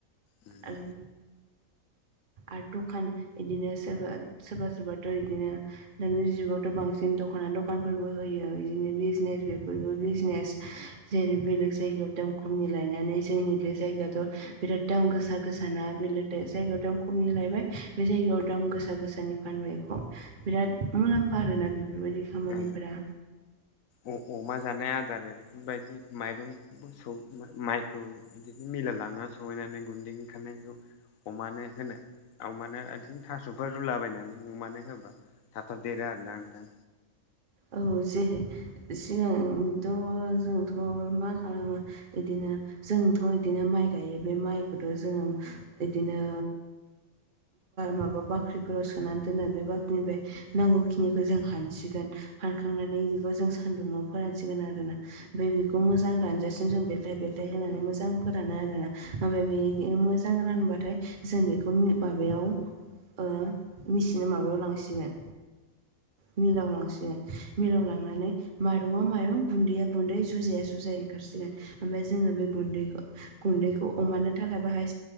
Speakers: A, on the left (about 75°); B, on the right (about 45°).
A: उम।
B: आरो आरो दखान सोरबा सोरबाथ' बिदिनो दानि जुगावथ' बांसिन दख'ना दख दखानफोरबो होयो बिदिनो बिजनेस बेफोरबो बिजनेस जेरै बेले जायायाव दाम खमनि लायनानै जोंनि बे जायगाथ' बिराद दाम गोसा गोसा ना बेले जायगायाव दाम खमनि लायबाय। बे जायगायाव दाम गोसा गोसानि फानबायखौ बिराद मुलाम्फा आरोना बेफोरबायदि खामानिफोरा
A: ए अ अमा जानाय आदार बेफोरबायदि माइरंखौबो स माइखौ बिदिनो मिला लांनानै सहैनानै गुन्दै खान्नायखौ अमानो अमानो बिदिनो थास'फोर रुलाबायायनानै अमानो थाब थाब' देरो आरोना नोंथां?
B: औ जे सिगांथ' जोंथ' मा ओ इदिनो जोंथ' बिदिनो माइ गायो बे माइखौथ' जोङो बिदिनो माबा बाख्रिफोराव सोनानै दोनो बे बाख्रिनिफ्राय नांगौखिनिखौ
A: ओ
B: जों हानसिगोन हानखांनानै बेखौ जों सान्दुंङाव फोरानसिगोन आरोना। ओ रानासिम जों बेल बेल थाय होनानै मोजां फोरानो आरोना ओमफ्राय बे मोजां रानबाथाय जों बेखौ माबायाव ओ मिसिनो माबायाव लांसिगोन। मिलाव लांसै लांनानै माइरङा माइरं गुन्दैया जुजाया जु जाय ओंखारसिगोन ओमफ्राय जोङो बे गुन्दैखौ गुन्दैखौ अमानो थाखाय